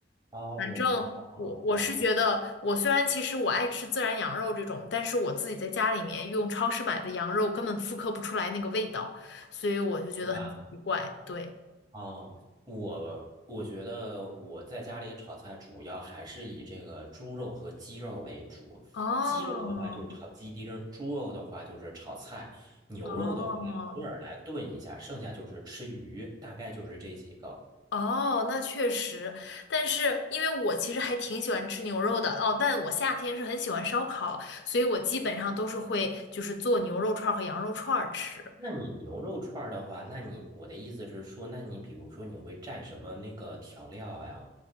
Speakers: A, on the right (about 20°); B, on the left (about 65°).
A: 哦，
B: 反正我我是觉得，
A: 好吧，好吧，
B: 我虽然其实我爱吃自然羊肉这种，但是我自己在家里面用超市买的羊肉根本复刻不出来那个味道，所以我就觉得很奇怪。
A: 是吧？
B: 对。
A: 哦，我我觉得我在家里炒菜主要还是以这个猪肉和鸡肉为主。
B: 哦
A: 鸡肉的话就是炒鸡丁儿，猪肉的话就是炒菜，牛肉的话偶尔来炖一下，
B: 哦
A: 剩下就是吃鱼，大概就是这几个。
B: 哦，那确实，但是因为我其实还挺喜欢吃牛肉的哦，但我夏天是很喜欢烧烤，所以我基本上都是会就是做牛肉串儿和羊肉串儿吃。
A: 那你牛肉串儿的话，那你我的意思是说，那你比如说你会蘸什么那个调料呀？